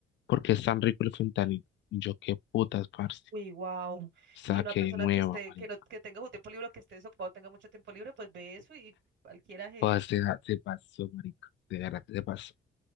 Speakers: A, on the left; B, on the right.
A: ¿por qué es tan rico el fentanilo? Y yo, qué putas, parce.
B: Uy, wow.
A: Saqué
B: Y una persona
A: de nueva,
B: que esté,
A: marica.
B: que no, que tenga su tiempo libre, que esté desocupado, tenga mucho tiempo libre, pues ve eso y cualquiera se,
A: Joder, se, se pasó, marica. De verdad que se pasó.